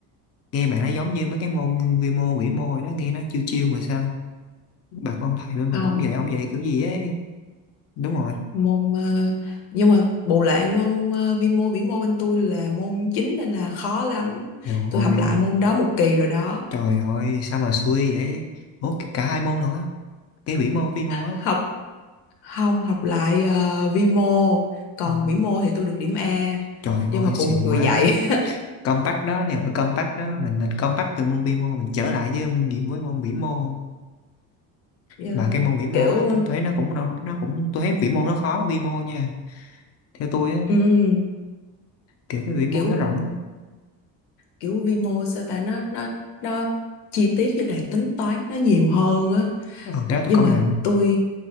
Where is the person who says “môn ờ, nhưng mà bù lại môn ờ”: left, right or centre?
Left